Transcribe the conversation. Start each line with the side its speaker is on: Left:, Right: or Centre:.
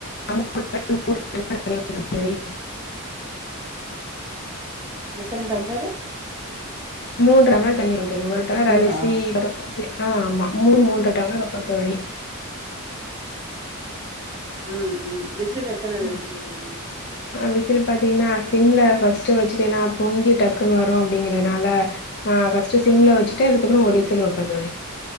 Left: <unintelligible> தெரி
Right: எத்தன டம்ளரு
Left: மூல்கற மாரி தண்ணீ ஒரு டம்ளர்
Right: மூணா
Left: அரிசி பர <unintelligible> அ ஆமா மூணு மூன்ற டம்ளர் வா தோழி
Right: ம் ம் விசில் எத்தன
Left: ம்
Right: விசில் விடுவீங்க
Left: அ விசில் பாத்தீங்கன்னா சிம்ல ஃபஸ்ட் வச்சிட்டு ஏனா பொங்கி டக்குன்னு வரும் அப்படிங்கறனால ஆ ஃபஸ்ட் சிம்ல வச் டு அதுக்கப்புறோ ஒரு
Right: ம்
Left: விசில் வெப்ப தோழி